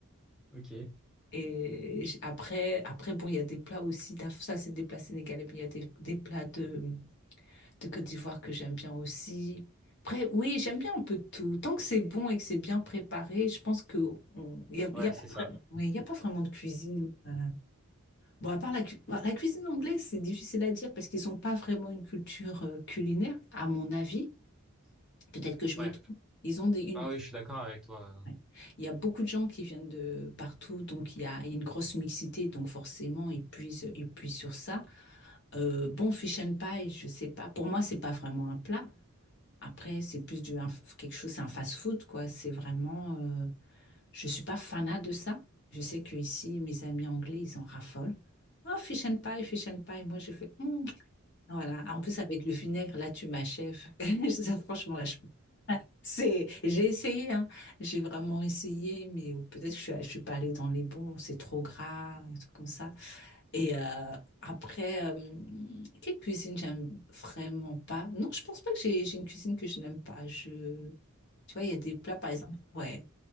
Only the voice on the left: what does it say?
Et j- après, après, bon, il y a des plats aussi, d'Af- ça c'est des plats sénégalais, mais il y a des, des plats de, de Côte d'Ivoire que j'aime bien aussi. Après, oui, j'aime bien un peu de tout. Tant que c'est bon et que c'est bien préparé, je pense que on- il n'y a,
il y a,
ouais, il y a pas vraiment de cuisine. euh. Bon, à part la, cu- bon, la cuisine anglaise, c'est difficile à dire parce qu'ils n'ont pas vraiment une culture euh, culinaire, à mon avis. Peut-être que je
me trompe. Ils ont des, une,
Ouais. Il y a beaucoup de gens qui viennent de partout, donc il y a, il y a une grosse mixité, donc forcément, ils puisent, ils puisent sur ça. Euh, bon, fish and pie, je sais pas. Pour moi, c'est pas vraiment un plat. Après, c'est plus du un- quelque chose, c'est un fast-food, quoi. C'est vraiment. euh, je suis pas fanat de ça. Je sais que ici, mes amis anglais, ils en raffolent. Oh, fish and pie, fish and pie. Moi, je fais. hmm. Voilà. Ah, En plus, avec le vinaigre, là, tu m'achèves. <laughs> Ça, Franchement, là, je c'est, j'ai essayé, hein. J'ai vraiment essayé, mais ou peut-être que je suis, je suis pas allée dans les bons, c'est trop gras, un truc comme ça. Et euh, après, euh, quelle cuisine j'aime vraiment pas? Non, je pense pas que j'ai j'ai une cuisine que je n'aime pas. Je, tu vois, il y a des plats, par exemple, ouais.